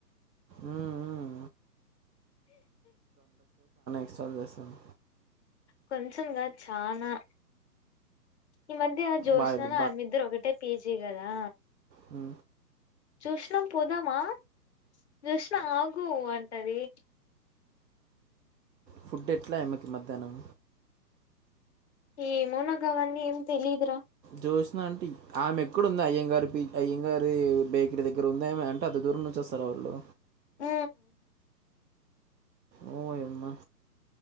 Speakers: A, on the right; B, on the left.
A: మ్మ్. ఇస్టాల్ చేస్తాను
B: కనీసం ఇంగా చానా ఈ మధ్య ఆ జ్యోష్నను
A: బాయిలు
B: ఆమె ఇద్దరు ఒకటే పీజీ కదా
A: ఉ
B: జోష్ణ పోదామా జోష్ణ ఆగు అంటది
A: ఫుడ్ ఎట్ల ఆమెకి మధ్యాహ్నం
B: ఏమో నాకుఅవన్నీ ఏం తెలిదురా
A: జోష్న అంటే ఆమె ఎక్కడుంది అయ్యంగారు పీ అయ్యంగారు బేక్ ఇంటి దగ్గర ఉందేమో అంటే అంత దూరం నుంచి వస్తారు వాళ్ళు
B: ఊ
A: ఓ అమ్మ